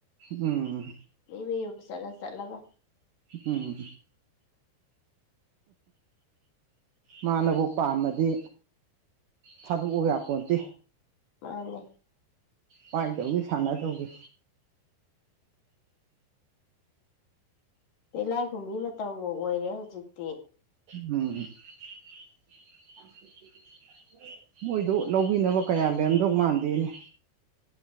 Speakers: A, on the right; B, on the left.
A: ꯎꯝ
B: ꯃꯤ ꯃꯌꯨꯝ ꯆꯠꯂ ꯆꯠꯂꯒ
A: ꯎꯝ ꯃꯥꯅꯕꯨ ꯄꯥꯝꯃꯗꯤ ꯊꯥꯗꯣꯛꯎ ꯌꯥꯄꯣꯟꯇꯦ
B: ꯃꯥꯅꯦ
A: ꯄꯥꯏꯗꯧꯒꯤ ꯁꯥꯟꯅꯗꯧꯒꯤ
B: ꯇꯤꯂꯥꯏꯈꯨꯝꯕꯤ ꯃꯇꯝꯒ ꯑꯣꯏꯔꯦ ꯍꯧꯖꯤꯛꯇꯤ
A: ꯎꯝ <unintelligible> ꯃꯣꯏꯗꯣ ꯂꯧꯕꯤꯅꯕ ꯀꯌꯥ ꯂꯩꯔꯝꯗꯧ ꯃꯥꯟꯗꯦꯅꯦ